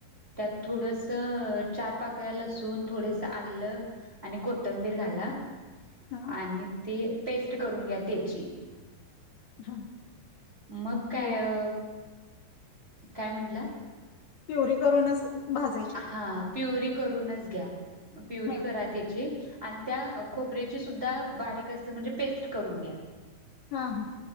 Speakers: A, on the right; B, on the left.
A: त्यात थोडसं चार पाकळ्या लसून थोडसं आलं आणि कोथंबीर घाला
B: <inaudible>
A: आणि ते पेस्ट करून घ्या त्याची.
B: हा,
A: मग काय
B: प्युरी
A: अ काय म्हटंला?
B: प्युरी करून असं भाज
A: हा प्युरी करूनच घ्या प्युरी
B: हा
A: करा त्याची. आणि त्या खोबऱेची सुद्धा बारीक अस म्हणजे पेस्ट करून घ्या.
B: हा हा